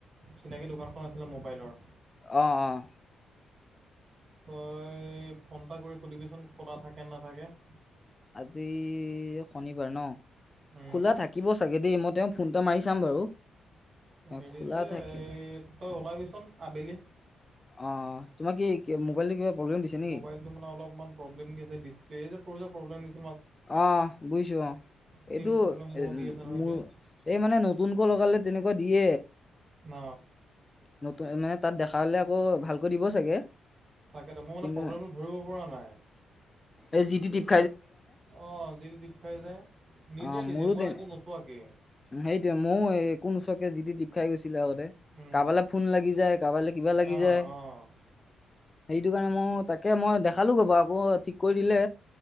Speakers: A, on the right; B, on the left.
A: চিনাকী দোকানখন আছিলে মোবাইলৰ
B: অহ, অ
A: তই ফোন এটা কৰি সুধিবিচোন, খোলা থাকে নাথাকে?
B: আজি শনিবাৰ ন,
A: উম
B: খোলা থাকিব চাগে দেই, মই তেওঁক ফোন এটা মাৰি চাম বাৰু
A: হেৰি
B: খোলা
A: যে
B: থাকিম
A: এই তই ওলাবিচোন আবেলি
B: অ তোমাৰ কি মোবাইলটো কিবা? প্ৰব্লেম দিছে নেকি
A: মোবাইলটো মানে অলপমান প্ৰব্লেম দিছে। দিছপেল যে প্ৰব্লেম দিছে।
B: অহ বুজিছো অহ।
A: চিম
B: এইটো
A: প্ৰব্লেম মোৰো দি আছে নহয়
B: মোৰ
A: এতিয়া
B: এই মানে নতুনকৈ লগালে তেনেকুৱা দিয়ে।
A: ন
B: নতুন মানে তাত দেখা হ'লে আকৌ ভালকৈ দিব চাগে।
A: তাকে তো, মই মানে
B: কিন্তু
A: প্ৰব্লেমটো ধৰিব পৰা নাই।
B: এই জি <inaudible>
A: আহ যদি টিপ খাই যায়। নিজে
B: অ'
A: নিজে
B: মোৰো
A: মই
B: তেনে
A: একো নোচোৱাকে।
B: সেইটে মইয়ো কোন ওচৰকে যিটি দীপ খাই গৈছে ফ
A: উম,
B: লালা ল <inaudible>
A: অ' অ'
B: সেইটো কাৰণে মই তাকে মই দেখালোঁ। ক'ব আকৌ ঠিক কৰি দিলে।